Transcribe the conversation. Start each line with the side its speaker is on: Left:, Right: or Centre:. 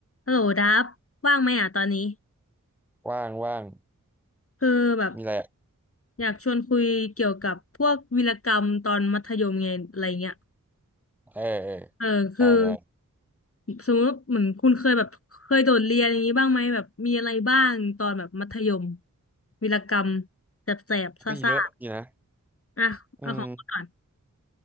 Left: ฮัลโหลดับว่างไหมอ่ะตอนนี้
Centre: ว่างว่าง
Left: คือแบบ
Centre: มีอะไรอะ
Left: อยากชวนคุยเกี่ยวกับพวกวีรกรรมตอนมัธยมไงอะไรเงี้ย
Centre: เออเออ
Left: เออคือ
Centre: ได้ได้
Left: สมมติเหมือนคุณเคยแบบเคยโดดเรียนอย่างนี้บ้างไหมแบบมีอะไรบ้างตอนแบบมัธยมวีรกรรมแสบๆซ่าซ่า
Centre: ก็เยอะอยู่นะ
Left: ๆอ่ะเอาของคุณก่อน
Centre: อืม